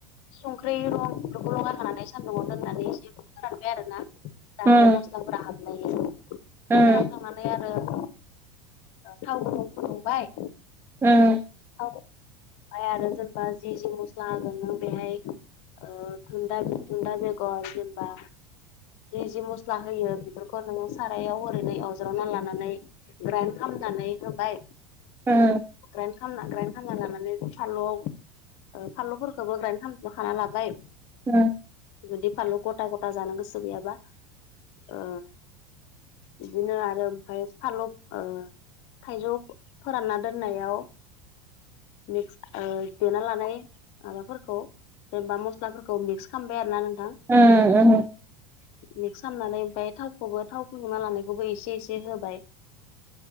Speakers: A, on the left; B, on the right.
A: संख्रि रं बेफोरखौ लगायखांनानै सान्दुंआव दोननानै एसे फोरानबाय आरो ना जाहाथे
B: उम
A: मस्लाफोरा हाबनो हायो
B: उम
A: फोराननाय फोराननाय आरो ओ थावखौ फुदुंबाय
B: उम
A: थाव ओमफ्राय आरो जेनेबा जि जि मस्ला होगोन नों बेहाय ओ थुन्दा थुन्दा बेगर जेनबा जि जि मस्ला होयो बेफोरखौ नोङो सारायाव ओरैनो एवज्रांना एवज्रांना लानानै ग्राइन्ड खालामनानै होबाय,
B: <unintelligible>
A: ग्राइन्ड खालामना ग्राइन्ड खालामना लानानै फानलुआव ओ फानलुफोरखौबो ग्राइन्ड खालामखाना लाबाय
B: ओ
A: जुदि फालु गथा गथा जानो गोसो गैयाबा ओ बिदिनो आरो ओमफ्राय फानलु ओ थाइजौ फोरानना दोननायाव, मिक्स देना लानाय माबाफोरखौ, जेनेबा मस्लाफोरखौ मिक्स खालामबाय आरो ना नों
B: उम <unintelligible>
A: मिक्स खालामनानै ओमफ्राय थावखौबो थाव फुदुंना लानायखौबो एसे एसे होबाय,